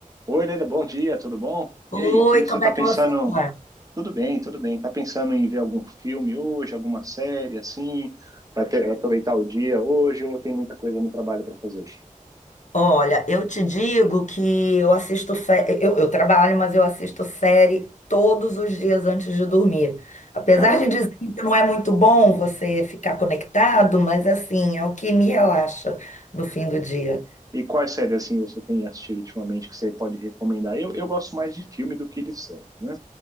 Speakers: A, on the right; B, on the left.
A: Oi, Helena, bom dia, tudo bom? E
B: Oi,
A: aí, o que que
B: como
A: você está
B: é
A: pensando?
B: que você tá?
A: Tudo bem, tudo bem. Está pensando em ver algum filme hoje, alguma série assim? para ter- vai aproveitar o dia hoje ou tem muita coisa no trabalho para fazer?
B: Olha, eu te digo que eu assisto sé- eu, eu trabalho, mas eu assisto série todos os dias antes de dormir. Apesar
A: Caramba!
B: de dizer que não é muito bom você ficar conectado, mas assim, é o que me relaxa no fim do dia.
A: E quais séries assim você tem assistido ultimamente que você pode recomendar? Eu, eu gosto mais de filme do que de série, né?